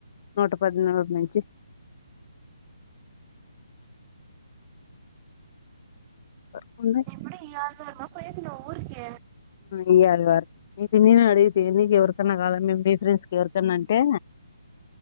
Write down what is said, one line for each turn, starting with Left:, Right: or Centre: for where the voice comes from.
Left: నూట పది నూటి నుంచి కుంద
Right: అప్పుడు ఆరున్నరమా పోతున్నా ఊరుకి
Left: ఇయ్యాలి వారి న నేను అడిగితే నీకు ఎవరికన్నా కాలం మేము మీ ఫ్రెండ్స్ కి ఎవరికన్నా అంటే